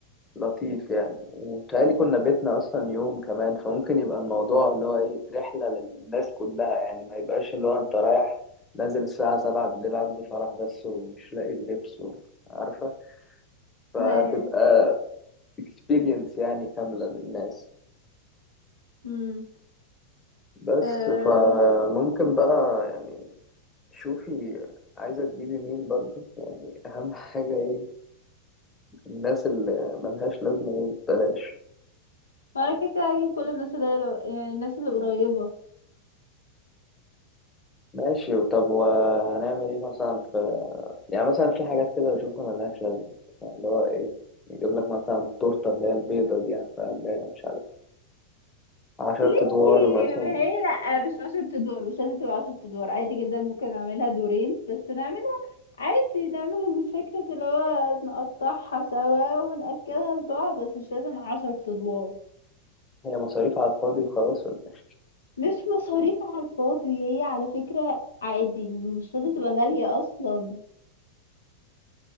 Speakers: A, on the left; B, on the left.
A: لطيف يعني وبيتهيألي كنا بيتنا أصلا يوم كمان فممكن يبقى الموضوع اللي هو ايه رحلة للناس كلها يعني ما يبقاش اللي هو انت رايح نازل الساعة سبعة بالليل عندي فرح بس ومش لاقي اللبس و- عارفة فتبقى
B: ايوه
A: experience يعني كاملة للناس
B: امم
A: بس
B: أه...
A: فممكن بقى يعني شوفي عايزة تجيبي مين برضو يعني أهم <laughs> حاجة إيه الناس اللي ملهاش لازمة دي بلاش
B: وانا كده كده هجيب كل الناس اللي هي لو... يعني الناس اللي قريبة
A: ماشي طب وهنعمل إيه مثلا في يعني مثلا في حاجات كده بشوفها ملهاش لازمة مثلا اللي هو إيه يجيب لك مثلا التورتة اللي هي البيضة دي عارفة اللي هي مش عارف عشرة
B: ليه
A: أدوار مثلا
B: ما هي لا مش عشر ادوار مش لازم تبقى عشر ادوار عادي جدا ممكن اعملها دورين بس نعمل عادي نعمل من فكرة اللي هو نقطعها سوا ونأكلها لبعض بس مش لازم عشر أدوار
A: هي مصاريف على الفاضي وخلاص ولا إيه؟
B: مش مصاريف على الفاضي هي على فكرة عادي مش لازم تبقى غالية أصلا